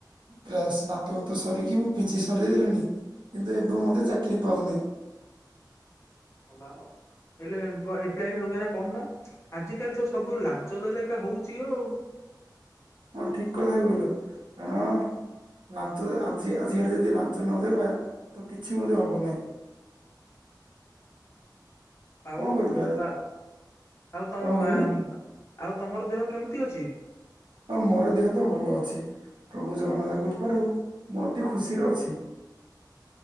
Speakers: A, on the right; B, on the left.
A: କ୍ଲାସ ସ୍ନାତକତା ସରିକି ମୁଁ ପିଜି ସରିଦେଲିଣି। କିନ୍ତୁ ଏବେ ମଧ୍ୟ ଚାକିରି ପାଉନାହିଁ।
B: ତମ ନାଁ କଣ? ହେଲେ ଏପ୍ ହଗରା କରୁନ ଆଜିକାଲି ତ ସବୁ ଲାଞ୍ଚ ଦେଲେ ଲେଖା ହଉଛି ଆଉ
A: ହଁ ଠିକ କଥା କହିଲ କାରଣ ଲାଞ୍ଚ ଆଜି ଆଜିକାଲି ଯଦି ଲାଞ୍ଚ ନଦେବା ତ କିଛି ମଧ୍ୟ ହବ ନାହିଁ।
B: ଆଉ
A: କଣ କରିବା
B: ବା ଆଉ ତମ
A: କଣ
B: ମା
A: କହିଲେ
B: ଆଉ ତମର ଦେହ କେମିତି ଅଛି?
A: ହଁ ମୋର ଦେହ ତ ଭଲ ଅଛି ପ୍ରଭୁ ଜଗନ୍ନାଥଙ୍କ କୃପାରୁ ମୁଁ ଅତି ଖୁସିରେ ଅଛି।